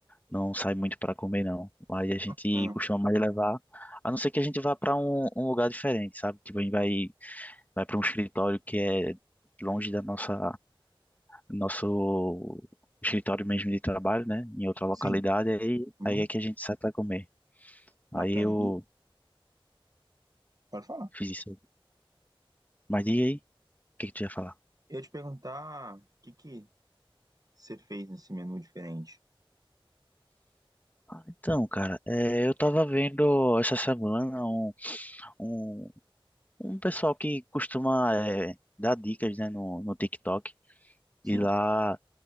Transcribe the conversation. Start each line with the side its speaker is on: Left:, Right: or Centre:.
Left: não sai muito para comer, não. aí a gente
Right: bacana.
Left: costuma mais levar, a não ser que a gente vá para um, um lugar diferente, sabe? Tipo, a gente vai, vai para um escritório que é longe da nossa, nosso escritório mesmo de trabalho, né? Em outra localidade,
Right: Sim,
Left: aí,
Right: uhum,
Left: aí é que a gente sai para comer.
Right: bacana.
Left: Aí eu
Right: E- pode falar.
Left: fiz isso. Mas diga aí, o que que tu ia falar?
Right: Eu ia te perguntar o que que você fez nesse menu diferente.
Left: Então, cara, é, eu tava vendo essa semana um, um, um pessoal que costuma é, dar dicas, né, no, no TikTok.
Right: Sim,
Left: E lá